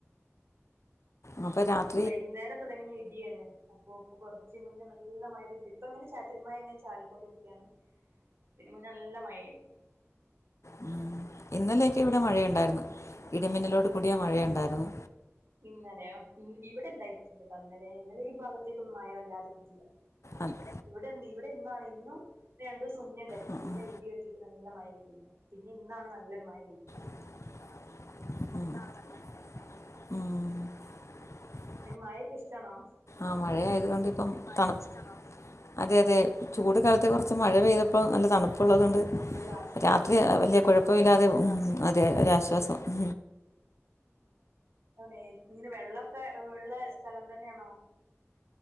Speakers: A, on the left; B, on the right.
A: <inaudible> അപ്പൊ രാത്
B: വൈകുന്നേരം തുടങ്ങിയ ഇടിയാണ്. അപ്പൊ ഇപ്പ കുറച്ച് മുന്നേ നല്ല മഴ പതില്ല ഇപ്പ ഇങ്ങനെ ചാറ്റൽ മഴ ഇങ്ങനെ ചാറിക്കൊണ്ടിരികയാണ്. ഇതിന് മുന്നേ നല്ല മഴരുന്നു.
A: ഉം ഇന്നലെയൊക്കെ ഇവിടെ മഴയുണ്ടായിരുന്നു ഇടിമിന്നലോട് കൂടിയ മഴയുണ്ടായിരുന്നു.
B: ഇന്നലെയ ഇവിടെ ഇടയിടില്ലട്ടോ ഇന്നലെ ഇന്നലെ ഈ ഭാഗത്തേക്കൊന്നും മഴവല്ലാതെ കിട്ടില ആ
A: അത്
B: ഇവിടെ ഇവിടെ ഇണ് ഇന്നും രണ്ടു ദിവസം ഉുന്ന ഉണ്ടായിരുന്നു.
A: ഉം
B: നല്ല
A: ഉം
B: ഇടി കെട്ടിയിട്ട് നല്ല മഴ പെയ്തിരുന്നു പിന്നെ ഇന്നാണ് നല്ലൊരു മഴ പെയ്യുന്നത്.
A: <inaudible>
B: എ മാഴക്കെ ഇഷ്ടമാണോ?
A: ആ മഴയത് കൊണ്ട് ഇപ്പം തണുപ്പ. അതെ അതെ ചൂട് കാലത്ത് കുറച്ച് മഴ പെയ്തപ്പോൾ നല്ല തണുപ്പുള്ളതുണ്ട്.
B: നല്ലൊരു ആശ്വാസല്ലേ
A: രാത്രി വലിയ കുഴപ്പ ഇില്ലാതെ ഉ അതെ ഒരാശ്വാസം. ഉ
B: അതെ ഇങ്ങനെ വെള്ളമൊക്കെ ഉള്ള സ്ഥലം തന്നെയാണോ?